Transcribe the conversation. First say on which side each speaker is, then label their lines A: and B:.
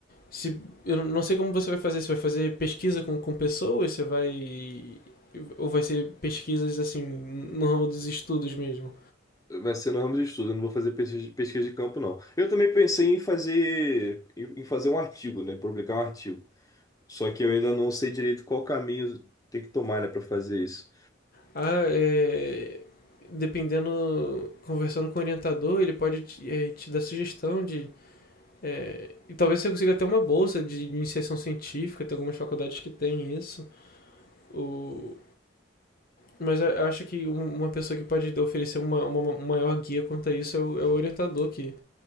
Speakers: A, on the left; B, on the left.
A: se, eu não sei como você vai fazer, se vai fazer pesquisa com, com pessoas, você vai. Ou vai ser pesquisas assim, no ramo dos estudos mesmo.
B: Vai ser no ramo de estudo, eu não vou fazer pesquisa pesquisa de campo, não. Eu também pensei em fazer, em em fazer um artigo, né? Publicar um artigo. Só que eu ainda não sei direito qual caminho tem que tomar, né, para fazer isso.
A: Ah, é. Dependendo, conversando com o orientador, ele pode te, é, te dar sugestão de. é, e talvez você consiga até uma bolsa de iniciação científica, tem algumas faculdades que têm isso. O... Mas eu acho que um- uma pessoa que pode oferecer uma, uma uma maior guia quanto a isso é o, é o orientador, que